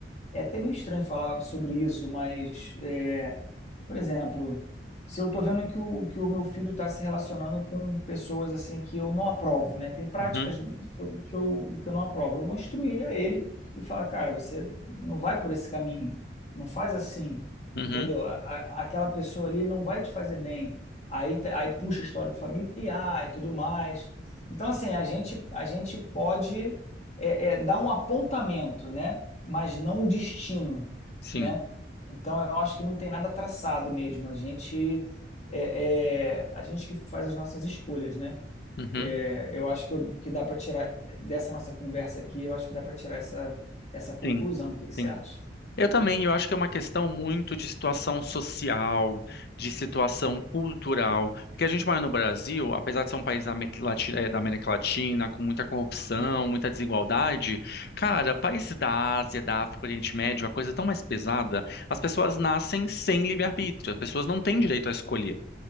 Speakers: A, on the left; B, on the left.
A: é até meio estranho falar sobre isso, mas, é, por exemplo, se eu tô vendo que o, que o meu filho está se relacionando com pessoas assim que eu não aprovo, né? Tem práticas
B: uhum,
A: que eu, que eu, que eu não aprovo. Eu vou instruir a ele e falar, cara, você não vai por esse caminho, não faz assim,
B: uhum.
A: entendeu? A- a- aquela pessoa ali não vai te fazer bem. Aí, tá- aí puxa histórico familiar e tudo mais. Então, assim, a gente, a gente pode é, é, dar um apontamento, né? mas não um destino,
B: Sim.
A: né? Então eu acho que não tem nada traçado mesmo. A gente é, é- a gente que faz as nossas escolhas, né?
B: Uhum.
A: É, eu acho que, eu- que dá para tirar dessa nossa conversa aqui, eu acho que dá para tirar essa, essa conclusão.
B: Sim,
A: O que que você
B: sim.
A: acha?
B: Eu também, eu acho que é uma questão muito de situação social, de situação cultural, porque a gente mora no Brasil, apesar de ser um país da Amé- lati- eh, da América Latina, com muita corrupção, muita desigualdade, cara, países da Ásia, da África, Oriente Médio, a coisa é tão mais pesada, as pessoas nascem sem livre-arbítrio, as pessoas não têm direito a escolher.